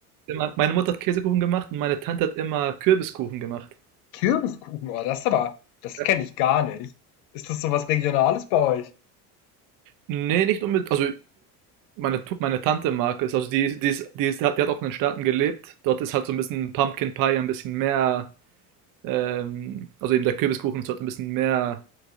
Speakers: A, on the right; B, on the left.
A: immer, meine Mutter hat Käsekuchen gemacht und meine Tante hat immer Kürbiskuchen gemacht.
B: Kürbiskuchen, oh, das ist aber das
A: Ja.
B: kenne ich gar nicht. Ist das so was Regionales bei euch?
A: Nee, nicht unbedingt. Also meine, Tu- meine Tante mag es. Also die, die, ist, die, ist, die, hat, auch in den Staaten gelebt. Dort ist halt so ein bisschen Pumpkin Pie ein bisschen mehr, ähm, also eben der Kürbiskuchen ist dort ein bisschen mehr